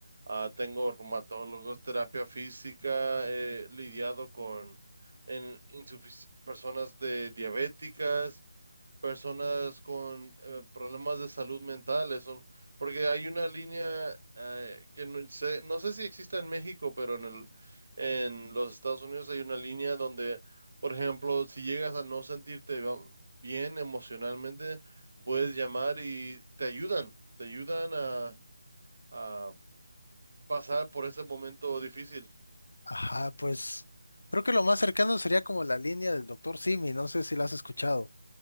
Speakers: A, on the right; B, on the left.
A: Ah, tengo reumatólogos, terapia física, he lidiado con en, insufici- personas de diabéticas. personas con eh, problemas de salud mental, eso, porque hay una línea eh, que no sé, no sé si existe en México, pero en el, en los Estados Unidos hay una línea donde, por ejemplo, si llegas a no sentirte va- bien emocionalmente, puedes llamar y te ayudan, te ayudan a, a pasar por ese momento difícil. <laughs>
B: Ajá, pues creo que lo más cercano sería como la línea del doctor Simi, no sé si la has escuchado.